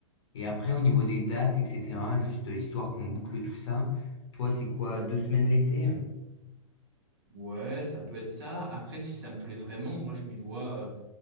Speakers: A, on the left (about 55°); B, on the right (about 50°).
A: Et après, au niveau des dates, etc., juste histoire qu'on boucle tout ça, toi, c'est quoi, deux semaines l'été?
B: Ouais, ça peut être ça. Après, si ça me plaît vraiment, moi, je m'y vois.